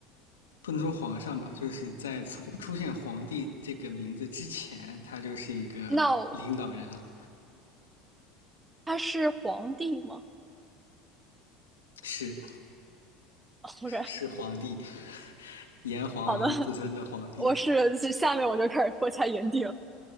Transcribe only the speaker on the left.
不能说皇上吧，就是在出出现“皇帝”这个名字之前，他就是一个领导人了，
是
是皇帝，炎黄子孙的皇帝，